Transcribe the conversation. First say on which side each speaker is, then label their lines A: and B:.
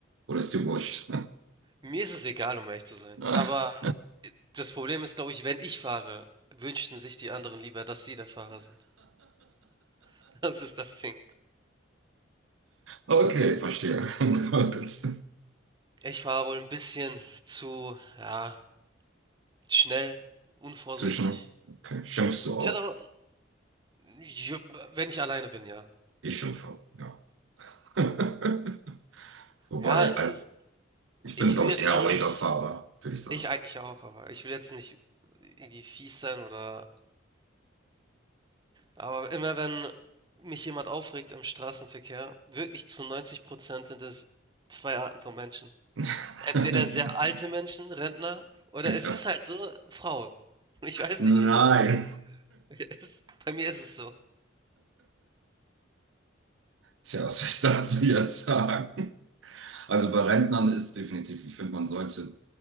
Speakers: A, on the right; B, on the right.
A: Oder ist dir wurscht?
B: Mir ist es egal, um ehrlich zu sein.
A: <laughs>
B: Aber das Problem ist, glaube ich, wenn ich fahre, wünschten sich die anderen lieber, dass sie der Fahrer sind. <laughs> Das ist das Ding.
A: Okay, verstehe. <laughs> Gut.
B: Ich fahre wohl ein bisschen zu, ja, schnell, unvorsichtig.
A: Zwischen, okay. Schimpfst du auch?
B: Ich hatte aber, ja, wenn ich alleine bin, ja.
A: Ich schimpfe, ja. <laughs> Wobei,
B: Ja, ist
A: al- ich
B: ich
A: bin, glaube
B: will jetzt
A: ich, eher
B: auch
A: ruhiger
B: nicht
A: Fahrer, würde ich sagen.
B: ich eigentlich auch, aber ich will jetzt nicht irgendwie fies sein oder aber immer wenn mich jemand aufregt im Straßenverkehr, wirklich zu 90% sind es zwei Arten von Menschen.
A: <laughs>
B: Entweder sehr alte Menschen, Rentner, oder
A: Ja.
B: es ist halt so, Frauen. <laughs> Ich weiß
A: Nein.
B: nicht wieso. <laughs> Es, bei mir ist es so.
A: Tja, was soll ich dazu jetzt sagen? Also bei Rentnern ist definitiv, ich finde, man sollte